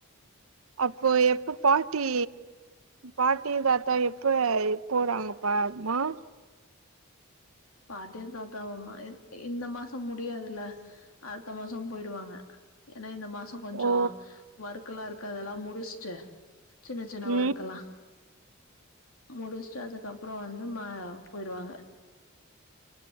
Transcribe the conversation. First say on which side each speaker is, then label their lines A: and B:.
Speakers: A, on the right; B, on the left.
A: அப்போ எப்போ பாட்டி பாட்டி தாத்தா எப்ப எப் போறாங்கப்பா மாம்
B: பாட்டியு தாத்தாவும்மா இந்த மாசோ முடியாதுல அடுத்த மாசோ போய்டுவாங்க ஏனா இந்த மாசோ கொஞ்சோ
A: ஓ
B: ஒர்க்கல்லாருக்கு அதெல்லா முடிச்ஸ்ட்டு சின்ன சின்ன
A: ம்
B: ஒர்க்கல்லா முடிஸ்ட்டு அதுக்கப்றோ வந்து மா போய்டுவாங்க